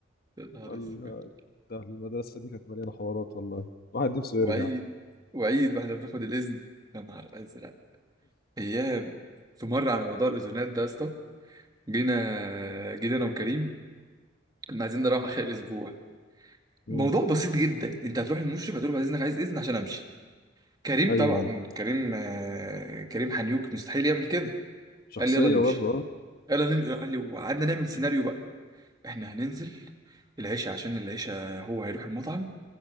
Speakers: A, on the right; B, on the left.
A: يا نهار
B: ال-
A: اسود
B: ده المدرسه دي كانت مليانه حوارات والله الواحد نفسه يرجع
A: وعيد
B: <laughs>
A: وعيد واحنا بناخد الاذن يا نهار ازرق ايام في مره على موضوع الاذونات ده يا اسطى جينا جينا انا وكريم كنا عايزين نروح اخر الاسبوع
B: مم.
A: موضوع بسيط جدا انت هتروح للمشرف هتقول له بعد اذنك عايز اذن عشان امشي كريم
B: ايوه
A: طبعا
B: ايوه
A: كريم آه، كريم حنيوك مستحيل يعمل كده
B: شخصيه
A: قال لي يلا نمشي
B: برضه
A: يلا نمشي قال لي وقعدنا نعمل سيناريو بقى احنا هننزل العشاء عشان العشاء هو هيروح المطعم